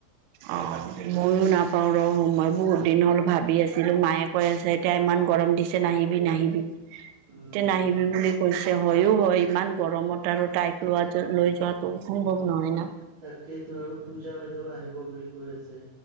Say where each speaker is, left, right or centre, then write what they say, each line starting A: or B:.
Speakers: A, on the right; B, on the right.
A: অ, ময়ো নাপাও ৰ, মই বহুত দিন হ'ল ভাবি আছিলো মায়ে কৈ আছে এতিয়া ইমান গৰম দিছে নাহিবি, নাহিবি
B: উম
A: এতিয়া নাহিবি বুলি কৈছে, হৈও হয় ইমান গৰমত আৰু তাইক লোৱা লৈ য যোৱাতো সম্ভৱ নহয় না।
B: তাকেইতো আৰু পূজা বাইদেউ আহিব বুলি কৈ আছে।